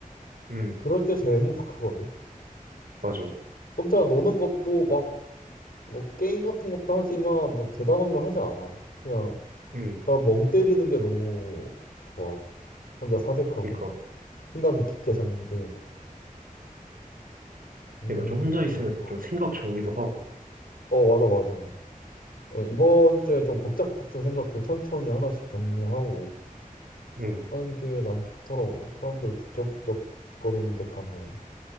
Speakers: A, on the right (about 75°); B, on the left (about 80°).
A: 음,
B: 그럴 때 제일 행복하거든.
A: 맞아.
B: 혼자 노는 것도 막, 뭐, 게임 같은 것도 하지만, 뭐, 대단한 걸 하지 않아. 그냥,
A: 음.
B: 나 멍 때리는 게 너무 좋아. 혼자 사색하고,
A: 그러니까
B: 생각이 깊게 잠기는 거. 음,
A: 내가 좀 혼자
B: 너도
A: 있으면서
B: 그렇구나.
A: 좀 생각 정리도 하고,
B: 어, 맞아, 맞아. 어, 이번 주에 좀 복잡했던 생각들 천천히 하나씩 정리하고
A: 음,
B: 하는 게 난 좋더라고. 사람들 북적북적 거리는데 가면